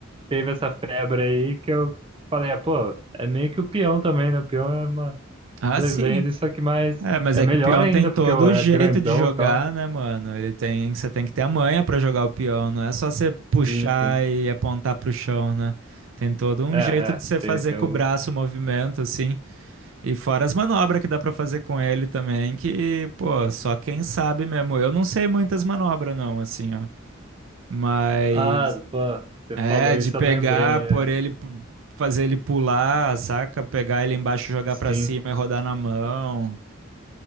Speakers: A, on the right (about 25°); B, on the right (about 75°).
A: teve essa febre aí que eu falei, ah, pô, é meio que o peão também, né? O peão é uma
B: Ah,
A: Beyblade,
B: sim.
A: só que mais.
B: É, mas
A: É
B: é
A: melhor
B: que o peão
A: ainda,
B: tem todo
A: porque é
B: o jeito
A: grandão
B: de jogar,
A: e tal.
B: né, mano? Ele tem, você tem que ter a manha pra jogar o peão, não é só você puxar
A: Sim, sim.
B: e apontar pro chão, né? Tem todo um
A: É, é.
B: jeito de você
A: Tem,
B: fazer
A: tem
B: com
A: o...
B: o braço o movimento, assim, e fora as manobras que dá pra fazer com ele também, que, pô, só quem sabe mesmo. Eu não sei muitas manobras, não, assim, ó. Mas
A: Ah, pô, você
B: é
A: falou isso,
B: de pegar,
A: eu lembrei,
B: por
A: né?
B: ele, pu- fazer ele pular, saca? Pegar ele embaixo, jogar
A: Sim.
B: pra cima e rodar na mão.